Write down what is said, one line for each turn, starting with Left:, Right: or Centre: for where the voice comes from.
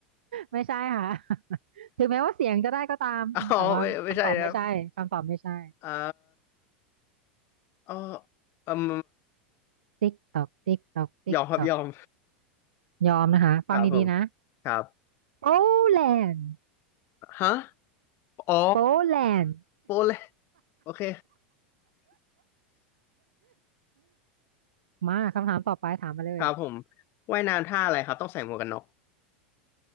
Right: ไม่ใช่ค่ะ <laughs> ถึงแม้ว่าเสียงจะได้ก็ตามแต่ว่าคำตอบไม่ใช่คำตอบไม่ใช่
Left: อ๋อ <laughs> ไม่ไม่ใช่นะครับเอ่ออ่อเอ่ม
Right: ติ๊กตอกติ๊กตอกติ๊กตอก
Left: ยอมครับยอม
Right: ยอมนะคะฟังดีๆนะ
Left: ครับผมครับ
Right: โปแลนด์
Left: ฮะอ๋อ
Right: โปแลนด์
Left: โปแลนโอเค
Right: มาคำถามต่อไปถามมาเลย
Left: ครับผมว่ายน้ำท่าอะไรครับต้องใส่หมวกกันน็อก